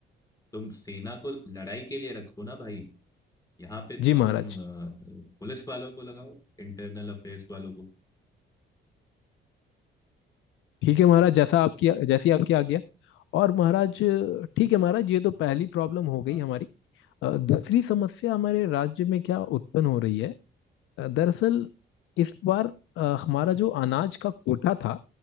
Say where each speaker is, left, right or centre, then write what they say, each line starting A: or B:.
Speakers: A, on the left; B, on the left.
A: तुम सेना को लड़ाई के लिए रखो ना भाई यहाँ पे
B: जी
A: तुम
B: महाराज
A: अ, पुलिस वालों को लगाओ इंटरनल अफेयर्स वालों को
B: ठीक है महाराज जैसा आपकी जैसी आपकी आज्ञा और महाराज ठीक है महाराज ये तो पहली प्रॉब्लम हो गई
A: हाँ
B: हमारी अ, दूसरी समस्या हमारे राज्य में क्या उत्पन्न हो रही है अ, दरअसल इस बार अ, हमारा जो अनाज का कोटा था